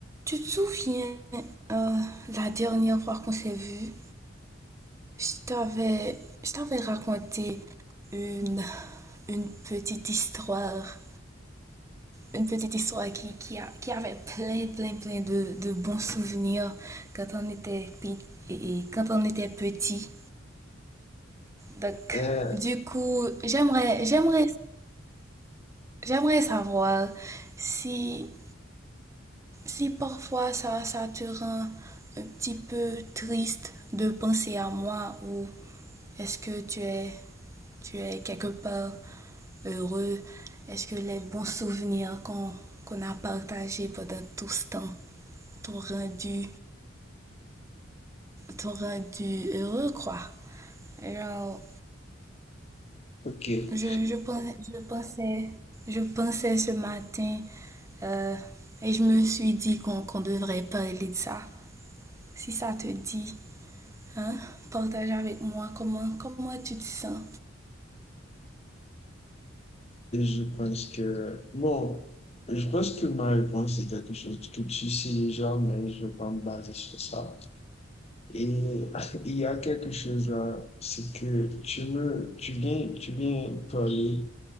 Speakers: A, on the right; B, on the left.
A: Tu te souviens, euh, la dernière fois qu'on s'est vu, je t'avais, je t'avais raconté une, une petite histoire, une petite histoire qui, qui, a- qui avait plein, plein, plein de, de bons souvenirs quand on était, pe- et, et quand on était petit. Donc,
B: Euh,
A: du coup, j'aimerais, j'aimerais, j'aimerais savoir si, si parfois ça, ça te rend un petit peu triste de penser à moi ou Est-ce que tu es, tu es quelque part heureux Est-ce que les bons souvenirs qu'on qu'on a partagés pendant tout ce temps t'ont rendu, t'ont rendu heureux, quoi Alors,
B: ok, Et
A: je, je, pensais, je, pensais, je pensais ce matin euh, et je me suis dit qu'on qu'on devrait parler de ça. Si ça te dit, hein, partage avec moi comment, comment tu te sens.
B: je pense que, bon, je pense que ma réponse est quelque chose que tu sais déjà, mais je vais pas me baser sur ça. Et <laughs> il y a quelque chose là, c'est que tu me, tu viens, tu viens parler